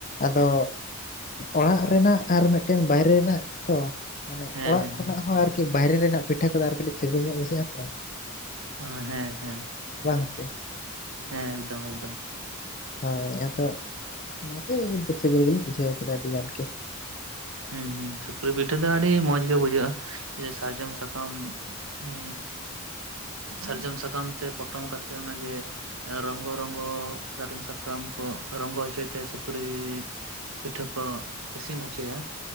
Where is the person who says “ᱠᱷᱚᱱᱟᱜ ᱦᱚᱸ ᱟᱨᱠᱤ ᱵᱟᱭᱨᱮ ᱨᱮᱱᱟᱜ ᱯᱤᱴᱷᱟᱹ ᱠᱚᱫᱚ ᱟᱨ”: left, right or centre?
Left